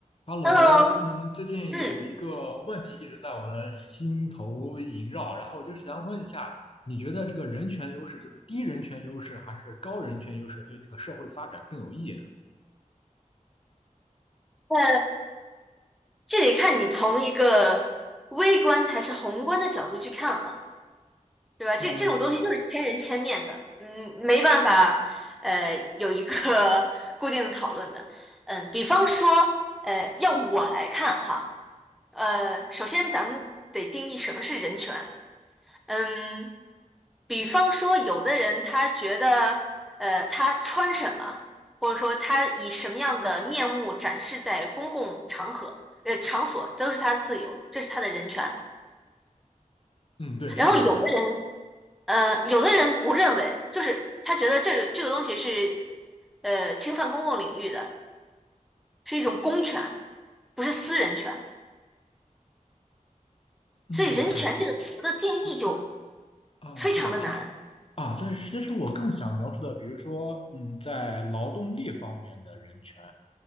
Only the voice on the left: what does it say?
Hello，
嗯，最近有一个问题一直在我的心头萦绕，
然后就是想问一下，你觉得这个人权优势，就是低人权优势还是高人权优势，对这个社会发展更有益呢？
呃，
嗯，对，是这样的，
嗯，
对，这是是是啊，
是的，其实啊，但是其实我更想描述的，比如说，嗯，在劳动力方面的人权，